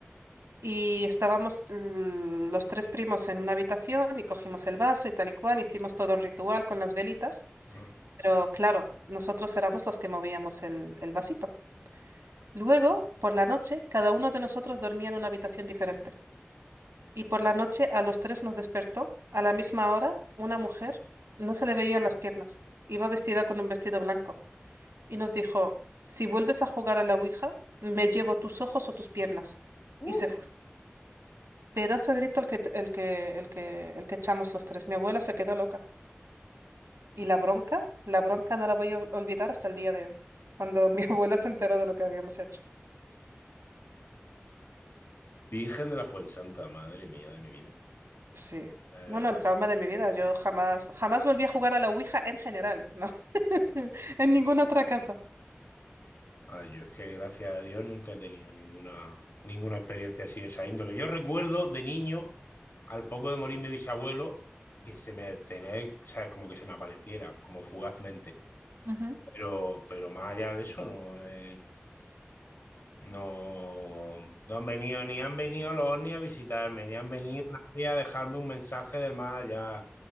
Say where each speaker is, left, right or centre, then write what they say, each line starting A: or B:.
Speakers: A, on the right; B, on the left.
A: Y estábamos mm, los tres primos en una habitación y cogimos el vaso y tal y cual, hicimos todo el ritual con las velitas,
B: Ujú.
A: pero claro, nosotros éramos los que movíamos el, el vasito. Luego, por la noche, cada uno de nosotros dormía en una habitación diferente. Y por la noche a los tres nos despertó, a la misma hora, una mujer, no se le veían las piernas, iba vestida con un vestido blanco, y nos dijo, si vuelves a jugar a la Ouija, me llevo tus ojos o tus piernas.
B: Uh,
A: Y se fue. Pedazo de grito el que, el que, el que, el que echamos los tres. Mi abuela se quedó loca. Y la bronca, la bronca no la voy a olvidar hasta el día de hoy, cuando mi <laughs> abuela se enteró de lo que habíamos hecho.
B: Virgen de la Fuensanta, madre mía de mi vida.
A: Sí.
B: Eh,
A: No, no, el trauma de mi vida. Yo jamás, jamás volví a jugar a la Ouija en general, ¿no? <laughs> En ninguna otra casa.
B: Ah, yo es que gracias a Dios nunca he tenido ninguna, ninguna experiencia así de esa índole. Yo recuerdo de niño, al poco de morir mi bisabuelo, que se me tener, sabes como que se me apareciera, como fugazmente.
A: Ujú.
B: Pero, pero más allá de eso, no. eh, no, no han venido, ni han venido los ovnis a visitarme, ni han venido nadie a dejarme un mensaje del más allá,